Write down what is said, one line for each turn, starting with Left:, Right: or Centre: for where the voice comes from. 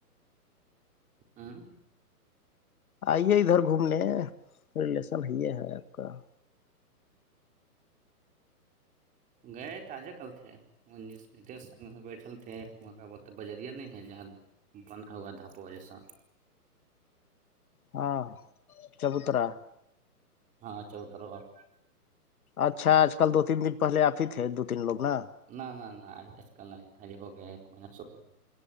Right: ہاں
Left: ائیے ادھر گھومنے ہیں سب یہ ہے اپ کا-
Right: گئے تازے کل تھے- ج بیٹھل تھے وہاں کا ب بجرییا نہیں ہے جہاں- بنا ہوا دھاپہ وجیسا-
Left: ہاں چبوترا-
Right: ہاں چوتروا-
Left: اچھا اج کل دو تین دن پہلے اپ ہی تھے دو تین لوگ نا-
Right: نہ نہ نہ آج کل نہیں آج ہو گیا ایک مہینہ سپ رہ